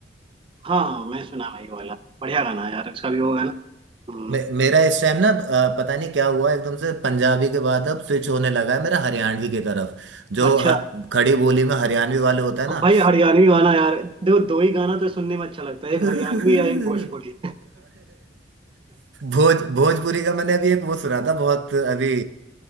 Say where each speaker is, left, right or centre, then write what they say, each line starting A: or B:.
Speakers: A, on the right; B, on the right.
A: हाँ हाँ, मैं सुना भाई वो वाला बढ़िया गाना है यार इसका भी वो गाना हम्म
B: मे, मेरा इस टाइम ना अ, पता नहीं क्या हुआ एकदम से पंजाबी के बाद अब स्विच होने लगा है मेरा हरियाणवी की तरफ जो
A: अच्छा
B: ह, खड़ी बोली में हरियाणवी वाले होता है ना
A: अब भाई हरियाणवी गाना यार देखो दो ही गाना तो सुनने में अच्छा लगता है
B: <laughs>
A: एक हरियाणवी या एक भोजपुरी
B: भोज भोजपुरी का मैंने अभी एक वो सुना था बहुत अभी